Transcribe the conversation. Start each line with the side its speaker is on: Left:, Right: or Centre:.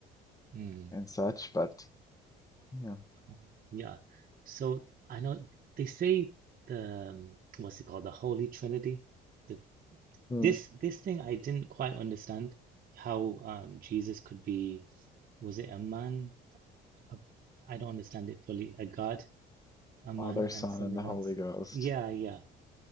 Right: Mm,
Left: and such. But you know,
Right: um, yeah. So I know they say the um, what's it called, the Holy Trinity. The
Left: Hmm.
Right: this this thing I didn't quite understand how um, Jesus could be was it a man? A, I don't understand it fully. A God a man
Left: Father, Son,
Right: and something
Left: and the Holy
Right: else.
Left: Ghost.
Right: Yeah, yeah.